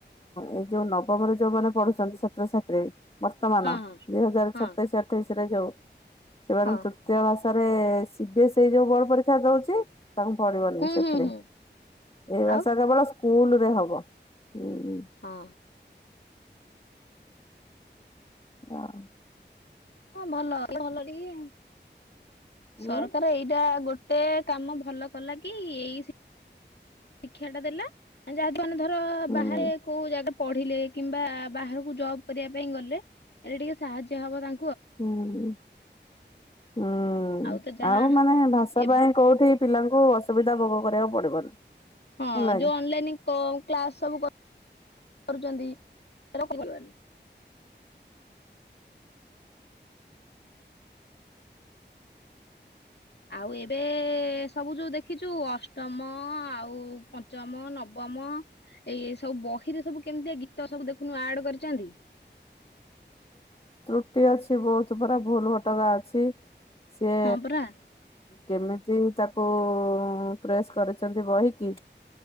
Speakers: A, on the left; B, on the left.
A: ଏଇ ଯୋଉ ନବମରେ ଯୋଉମାନେ ପଢୁଛନ୍ତି ଛାତ୍ରଛାତ୍ରୀ। ବର୍ତ୍ତମାନ,
B: ହଁ ହଁ
A: ଦୁଇ ହଜାର
B: ହଁ
A: ସତେଇଶ ଅଠେଇଶ ରେ ଯୋଉ ସେମାନେ
B: ହଁ
A: ତୃତୀୟ ଭାଷା। ରେ ସି ବି ଏସ୍ ଏଇ ଯୋଉ ବୋଡ ପରୀକ୍ଷା ଦଉଛି। ତାଙ୍କୁ ପଢିବନି
B: ହୁଁ
A: ସେଥିରେ।
B: ହୁଁ ହୁଁ
A: ଏଇ ଭାଷା
B: ଆଉ
A: କେବଳ ସ୍କୁଲ ରେ ହବ। ହୁଁ
B: ହଁ।
A: ହଁ।
B: ହଁ ଭଲ, ଭଲଟିକେ
A: ହୁଁ
B: ସରକାର ଏଇଟା ଗୋ ଗୋଟେ କାମ ଭଲ କଲା କି ଏଇ। ଶିକ୍ଷା ଟା ଦେଲା। ଯାହାତ ମାନେ ଧର
A: ହୁଁ
B: ବାହାରେ କୋଉ ଜାଗା ପଢିଲେ କିମ୍ବା ବାହାରକୁ ଜବ କରିବା ପାଇଁ ଗଲେ ଏଟା ଟିକେ ସାହାଯ୍ୟ ହବ ତା
A: ହୁଁ। ହୁଁ
B: ତ ଯାହା
A: ଆଉ ମାନେ ଭାଷା
B: ଏବେ
A: ପାଇଁ କୋଉଠି ପିଲାଙ୍କୁ। ଅସୁବିଧା ଭୋଗ କରିବାକୁ ପଡିବନି।
B: ହଁ
A: ହେଲା
B: ଯୋଉ
A: କି
B: ଅନଲାଇନ କ୍ଲାସ ସବୁ। କରୁଛନ୍ତିିବି <unintelligible> ଆଉ ଏବେ ସବୁ ଯୋଉ ଦେଖିଛୁ ଅଷ୍ଟମ ଆଉ ପଞ୍ଚମ, ନବମ। ତମ ଏଇ ସବୁ ବହିରେ ସବୁ କେମିତିଆ ଗୀତ ସବୁ ଦେଖୁନୁ ଆଡ କରିଛନ୍ତି।
A: ତ୍ରୁଟି ଅଛି ବହୁତ ପରା। ଭୁଲ ଭଟକା ଅଛି। ସିଏ
B: ହଁ ପରା।
A: କେମିତି ତାକୁ। କୁ ପ୍ରେସ୍ କରିଛନ୍ତି ବହିକି।